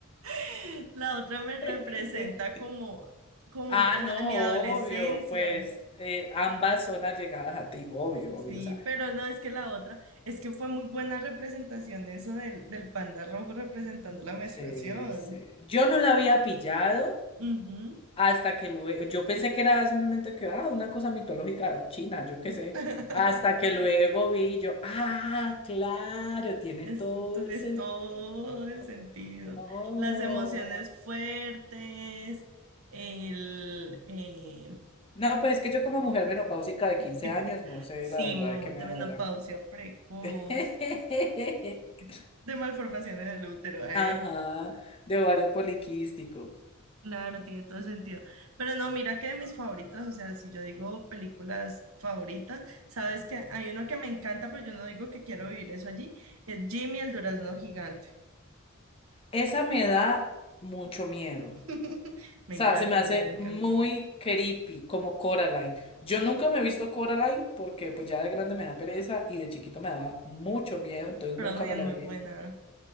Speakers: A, on the right; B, on the left.
A: <laughs> la otra me representa
B: <laughs>
A: como, como
B: Ah,
A: eh,
B: no,
A: a mi adolescencia.
B: obvio, pues eh, ambas son allegadas a ti, obvio,
A: Sí,
B: obvio, o sea,
A: pero no, es que la otra, es que fue muy buena representación eso del, del panda rojo representando la menstruación.
B: sí, sí. Yo no la había pillado.
A: Ujú.
B: Hasta que luego, yo pensé que era simplemente que, ah, una cosa mitológica china, yo qué sé.
A: <laughs>
B: Hasta que luego vi y yo, ah, claro, tiene
A: Es,
B: todo
A: entonces
B: el sentido.
A: todo el sentido.
B: Oh.
A: Las emociones fuertes, el eh,
B: No, pues es que yo como mujer menopáusica de
A: <laughs>
B: 15 años, no sé
A: simul
B: la verdad de qué me
A: de menopausia
B: hablan.
A: precoz,
B: <laughs>
A: de malformación en el útero, ¿eh?
B: Ajá, de ovario poliquístico.
A: Claro, tiene todo el sentido. Pero no, mira que de mis favoritas, o sea, si yo digo películas favoritas, sabes que hay uno que me encanta, pero yo no digo que quiero vivir eso allí, es Jimmy el Durazno Gigante.
B: Esa me da mucho miedo.
A: <laughs> Me
B: O sea,
A: encanta,
B: se me hace
A: a mí me encanta.
B: muy creepy, como Coraline. Yo nunca me he visto Coraline porque pues ya de grande me da pereza y de chiquito me daba mucho miedo, entonces
A: Coraline
B: nunca me
A: es
B: la
A: muy
B: he visto.
A: buena.